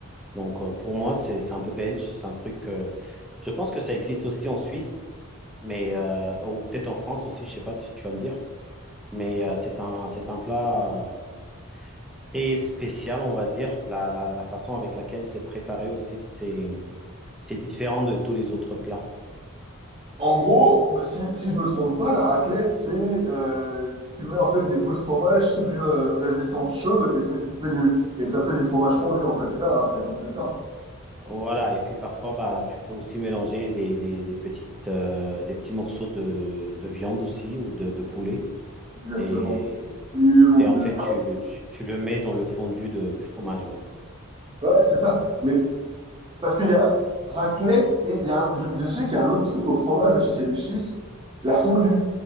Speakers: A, in the centre; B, on the right.
A: Donc, euh, pour moi, c'est, c'est un peu belge. C'est un truc. euh, je pense que ça existe aussi en Suisse, mais euh, ou peut-être en France aussi. Je sais pas si tu vas me dire. Mais euh, c'est un, c'est un plat euh, très spécial, on va dire. La, la, la façon avec laquelle c'est préparé aussi, c'est, c'est différent de tous les autres plats.
B: En gros, si, si je me trompe pas, la raclette, c'est euh, tu mets en fait des bouts de fromage sous une euh, résistance chaude et, c'est- tu mets du, et ça fait du fromage fondu en fait. C'est ça la raclette, on est d'accord?
A: Voilà, et puis parfois, bah, tu peux aussi mélanger des, des, des petites, euh, des petits morceaux de, de viande aussi ou de, de poulet.
B: Exactement.
A: Et,
B: Du- ou
A: et en
B: de-
A: fait, tu, tu, tu le mets dans le fondu de- du fromage, ouais.
B: Ouais, c'est ça. Mais parce qu'il y a raclette et il y a un- je, je sais qu'il y a un autre truc au fromage aussi chez les schistes, la fondue.